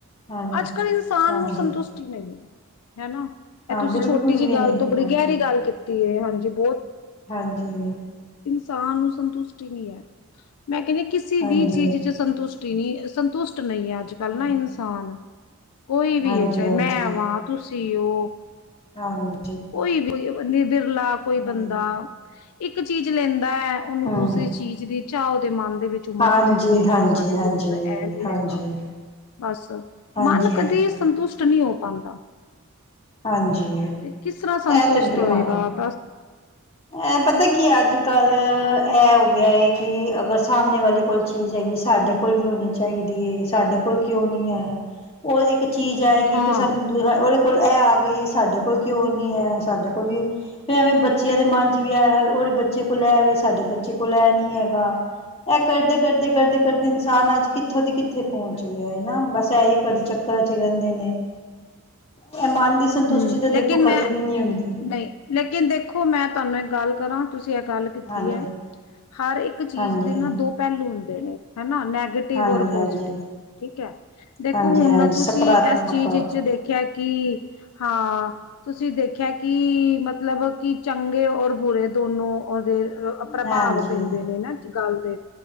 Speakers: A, on the left; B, on the left.
A: ਹਾਂਜੀ ਹਾਂਜੀ
B: ਅੱਜ-ਕੱਲ੍ਹ ਇਨਸਾਨ
A: ਹਾਂਜੀ
B: ਨੂੰ ਸੰਤੁਸ਼ਟੀ ਨਹੀਂ। ਹੈਨਾ। ਇਹ
A: ਹਾਂ
B: ਤੁਸੀਂ
A: ਬਿਲਕੁਲ
B: ਛੋਟੀ ਜਿਹੀ
A: ਵੀ
B: ਗੱਲ
A: ਨਹੀਂ
B: ਤੋਂ ਬੜੀ
A: ਹਾਂਜੀ
B: ਗਹਿਰੀ ਗੱਲ ਕੀਤੀ ਐ। ਹਾਂਜੀ, ਬਹੁਤ
A: ਹਾਂਜੀ
B: ਇਸਨਾਨ ਨੂੰ ਸੰਤੁਸ਼ਟੀ ਨਹੀਂ ਹੈ। ਮੈਂ ਕਹਿੰਨੀ ਆ, ਕਿਸੀ
A: ਹਾਂਜੀ
B: ਵੀ ਚੀਜ਼ ਚ ਸੰਤੁਸ਼ਟੀ ਨੀ। ਸਤੁਸ਼ਟ ਨਹੀਂ ਹੈ ਅੱਜ ਕੱਲ
A: ਹਾਂਜੀ
B: ਨਾ ਇਨਸਾਨ ਕੋਈ ਵੀ
A: ਹਾਂਜੀ
B: ਹੈ ਚਾਹੇ ਮੈਂ ਵਾਂ ਤੁਸੀਂ ਜੀਓ
A: ਹਾਂਜੀ
B: ਕੋਈ ਵੀ ਨ ਬਿਰਲਾ ਕੋਈ
A: ਹਾਂਜੀ
B: ਬੰਦਾ ਇੱਕ ਚੀਜ਼ ਲੈਂਦਾ ਹੈ ਉਹਨੂੰ
A: ਹਮ
B: ਦੂਸਰੇ ਚੀਜ਼ ਦੇ ਚਾਓ ਦੇ ਮੰਨ ਦੇ ਵਿੱਚ ਉਮੜ
A: ਹਾਂਜੀ
B: ਪੈਂਦੀ ਹੈ
A: ਹਾਂਜੀ
B: ਕਿ ਸਾਡੇ
A: ਹਾਂਜੀ
B: ਕੋਲ ਮੁੱਲ ਇਹ ਨ
A: ਹਾਂਜੀ
B: ਹੈਗਾ ਬਸ
A: ਹਾਂਜੀ
B: ਮਨ ਕਦੇ
A: ਹਾਂਜੀ
B: ਸੰਤੁਸ਼ਟ ਨਹੀਂ ਹੋ ਪੰਦਰ
A: ਹਾਂਜੀ
B: ਤੇ ਕਿਸ ਤਰ੍ਹਾਂ ਸੰਤੁਸ਼ਟ
A: ਇਹ ਤੇ
B: ਹੋਏਗਾ
A: ਹਾਂ
B: ਬ
A: ਇਹ ਪਤਾ ਕੀ ਅੱਜ ਕੱਲ ਇਹ ਹੋ ਗਿਆ ਹੈ ਕਿ ਅਗਰ ਸਾਹਮਣੇ ਵਾਲੇ ਕੋਲ ਚੀਜ਼ ਹੈਗੀ ਸਾਡੇ ਕੋਲ ਕਿਉੀ ਚਾਹੀਦੀ ਹੈ ਸਾਡੇ ਕੋਲ ਕਿਉਂ ਨਹੀਂੀ ਹੈ ਉਹ ਇੱਕ ਇੱਕ ਚੀਜ਼ ਆਏਗੀ
B: ਹਾਂ
A: ਫਿਰ ਸਾਨੂੰ ਦ ਕੋਲ ਇਹ ਆ ਗਈਏ ਸਾਡੇ ਕੋਲ ਕਿਉਂ ਨੀ ਹੈ ਸਾਡੇ ਕੋਲ ਵੀ ਫਿਰ ਐਵੇਂ ਬੱਚੇ ਬੱਚਿਆਂ ਦੇ ਮਨ ਚ ਵੀ ਆ ਉਹਦੇ ਬੱਚੇ ਕੋਲ ਐ ਵੀ ਸਾਡੇ ਬੱਚੇ ਕੋਲ ਐ ਨੀ ਹੈਗਾ ਇਹ ਕਰਦੇ ਕਰਦੇ ਕਰਦੇ ਕਰਦੇ ਇਨਸਾਨ ਅੱਜ ਕਿੱਥੋਂ ਦੀ ਕਿੱਥੇ ਪਹੁੰਚ ਗਿਆ ਨਾ ਬਸ ਇਹੀ ਕਰਦੇ ਚੱਕਰਾਂ ਚ ਰਹਿੰਦੇ ਨੇ ਇਹ ਮਨ ਦੀ ਸੰਤੁਸ਼ਟੀ
B: ਹਮ
A: ਤਾਂ ਦੇਖੋ
B: ਲੇਕਿਨ
A: ਕਦੀ
B: ਮੈਂ
A: ਵੀ ਨਹੀਂ ਹੁੰਦੀ
B: ਨਹੀਂ ਲੇਕਿਨ ਦੇਖੋ ਮੈਂ ਤੁਹਾਨੂੰ ਇੱਕ ਗੱਲ ਕਰਾਂ ਤੁਸੀਂ ਇਹ ਗੱਲ ਕੀਤੀ
A: ਹਾਂਜੀ
B: ਹੈ ਹਰ ਇੱਕ ਚੀਜ਼
A: ਹਾਂਜੀ
B: ਦੇ ਨਾ ਦੋ ਪਹਿਲੂ ਹੁੰਦੇ ਨੇ ਨਾ ਨੈਗੇਟਿਵ
A: ਹਾਂਜੀ
B: ਔਰ ਪੋਜ਼ਟਿਵ
A: ਹਾਂਜੀ
B: ਠੀਕ ਹੈ ਦੇਖੋ
A: ਹਾਂਜੀ
B: ਹੁਣ
A: ਹਾਂਜੀ
B: ਤੁਸੀਂ
A: ਸਕਾਰਾਤਮਕ
B: ਇਸ ਚੀਜ਼ ਵਿੱਚ ਦੇਖਿਆ ਕੀ ਹਾਂ ਤੁਸੀਂ ਦੇਖਿਆ ਕਿ ਮਤਲਬ ਕਿ ਚੰਗੇ ਔਰ ਬੁਰੇ ਦੋਨੋ ਉਹਦੇ ਪ੍ਰਭਾਵ
A: ਹਾਂਜੀ
B: ਪੈਂਦੇ ਨੇ ਨਾ ਗੱਲ ਦੇ